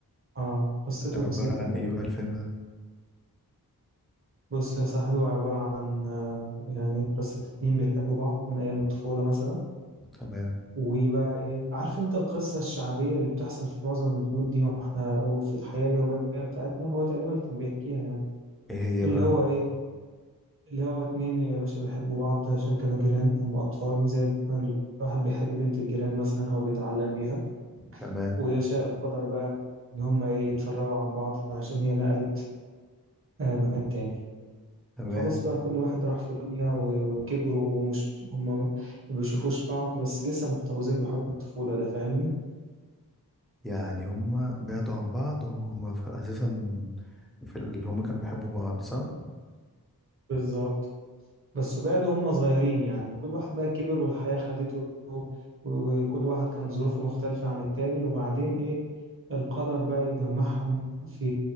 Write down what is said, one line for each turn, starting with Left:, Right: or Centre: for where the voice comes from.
Right: اه قصته
Centre: ده عبارة
Right: بسيطه
Centre: عن ايه
Right: كده
Centre: بقى الفيلم ده
Right: بص يا صاحبي هو عباره عن آه، يعني قصه اتنين بيحبوا بعض من ايام الطفوله مثلا
Centre: تمام
Right: وبقى ايه عارف انت القصة الشعبية اللي بتحصل في معظم البيوت دي واحنا وفي الحياة اليومية بتاعتنا هو تقريبا كان بيحكيها يعني
Centre: ايه هي
Right: اللي
Centre: بقى
Right: هو ايه اللي هو اتنين يا باشا بيحبوا بعض عشان كانوا جيران هم أطفال زي ما الواحد بيحب بنت الجيران مثلا أو بيتعلق بيها
Centre: تمام
Right: ويشاء القدر بقى إن هم إيه يتفرقوا عن بعض عشان هي نقلت آه، مكان تاني
Centre: تمام
Right: خلاص بقى كل واحد راح في دنيا و- وكبروا ومش هم ما بيشوفوش بعض بس لسه محتفظين بحب الطفولة ده فاهمني؟
Centre: يعني هما بعدوا عن بعض وهما في اساسا في اللي هما كانوا بيحبوا بعض صح
Right: بالظبط بس بعدوا هم صغيرين يعني وكل واحد بقى كبر والحياة خدته و- وكل واحد كانت ظروفه مختلفة عن التاني وبعدين إيه القدر بقى يجمعهم في